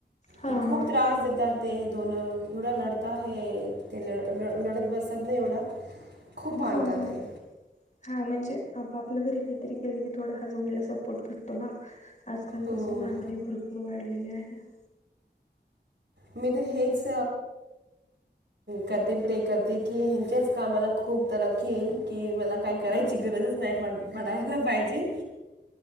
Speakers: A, on the left; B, on the right.
A: हा
B: ते
A: हा
B: खूप त्रास देतात ते दोन एवढा लढता हे ते ल ल लढत बसत नाही एवढं खूप भांडतात
A: हा हा
B: हे.
A: हा म्हणजे आप आपल्या घरी काहीतरी गेले की थोडा हसबंडला सपोर्ट भेटतो ना. आजकाल
B: हो
A: कस महागाई भरपूर वाढलेली आहे. <inaudible>
B: मी तर हेच करते प्रे करते की हेंच्याच कामाला खूप तरकी येईल की मला काय करायची गरजच नाही पड पडायला पाहिजे.